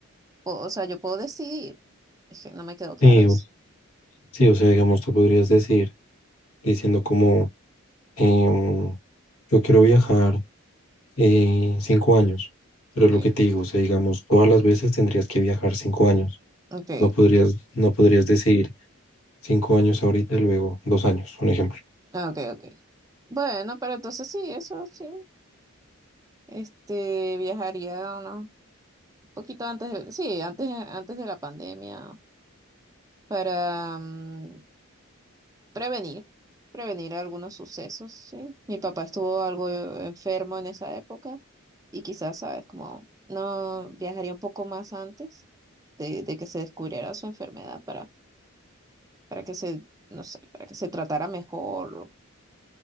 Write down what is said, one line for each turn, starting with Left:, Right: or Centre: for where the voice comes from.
Right: Po- o sea, yo puedo decidir. Es que no me quedó claro
Left: Sí,
Right: eso.
Left: o- sí, o sea, digamos, tú podrías decir, diciendo como, em, yo quiero viajar eh, cinco años, pero
Right: Ok,
Left: es lo que te digo, o sea, digamos, todas las veces tendrías que viajar cinco años,
Right: ok,
Left: no podrías, no podrías decir cinco años ahorita y luego dos años, un ejemplo.
Right: ok, ok. Bueno, pero entonces sí, eso sí. Este, viajaría unos- un poquito antes de, sí, antes, antes de la pandemia para mm, prevenir, prevenir algunos sucesos, sí. Mi papá estuvo algo enfermo en esa época y quizás, sabes, como no viajaría un poco más antes de, de que se descubriera su enfermedad para, para que se, no sé, para que se tratara mejor.